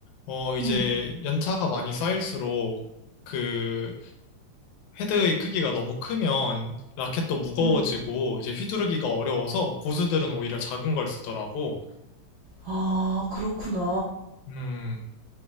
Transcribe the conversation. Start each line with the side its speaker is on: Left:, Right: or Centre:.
Left: 어, 이제
Right: 음,
Left: 연차가 많이 쌓일수록 그 헤드의 크기가 너무 크면 라켓도 무거워지고
Right: 음.
Left: 이제 휘두르기가 어려워서 고수들은 오히려 작은 걸 쓰더라고.
Right: 아, 그렇구나.
Left: 음,